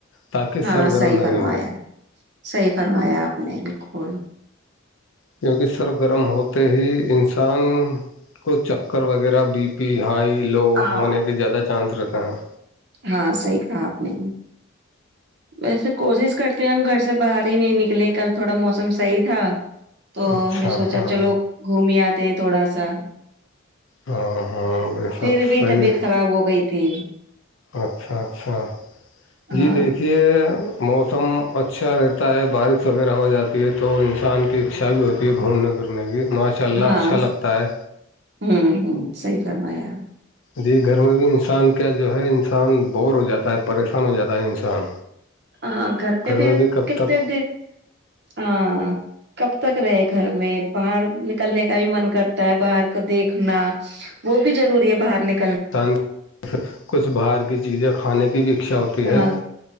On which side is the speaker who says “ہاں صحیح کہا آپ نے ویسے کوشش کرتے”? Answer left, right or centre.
Right